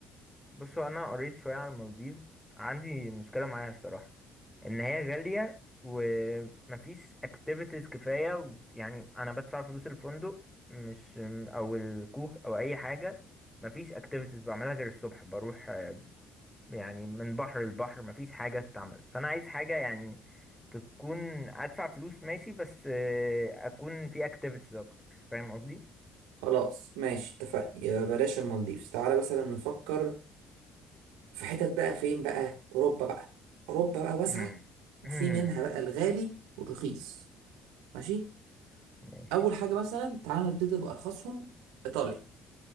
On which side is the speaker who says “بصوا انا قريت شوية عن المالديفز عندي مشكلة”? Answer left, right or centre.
Centre